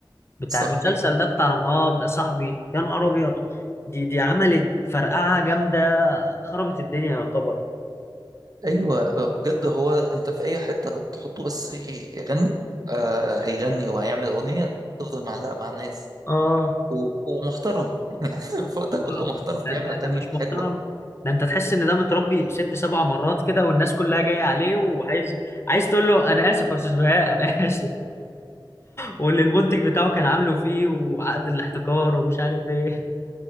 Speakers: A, on the left; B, on the right.
A: بتاع
B: صاحبي
A: المسلسل ده بتاع رم... اه بقى صاحبي يا نهار ابيض دي دي عملت فرقعه جامده خربت الدنيا يعتبر
B: ايوه آه، بجد هو انت في اي حته هتحطه بس يغني آه هيغني وهيعمل اغنيه تفضل معلقه مع الناس
A: اه
B: و... ومحترم <laughs> يعني فوق ده كله
A: محترم.
B: محترم
A: ده,
B: بيعمل
A: ده
B: اغاني
A: ده مش محترم
B: حلوه
A: ده انت تحس ان ده متربي ست سبع مرات كده والناس كلها جايه عليه وعايز عايز تقول له انا اسف يا استاذ بهاء انا <laughs> اسف واللي المنتج بتاعه كان عامله فيه وعقد الاحتكار ومش عارف ايه